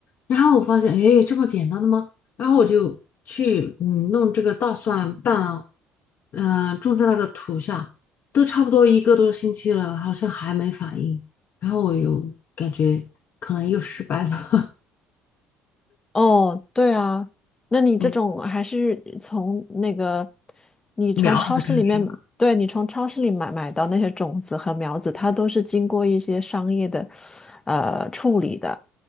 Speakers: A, on the left; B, on the left.
A: 然后我发现，哎，这么简单的吗？然后我就去嗯弄这个大蒜瓣啊，嗯、种在那个土下，都差不多一个多星期了，好像还没反应。然后我又感觉可能又失败了，
B: 哦，对啊，
A: <laughs>
B: 那你这种还是从那个，
A: 嗯，
B: 你从超市里面，
A: 苗子开始。
B: 对，你从超市里买买到那些种子和苗子，它都是经过一些商业的，呃，处理的，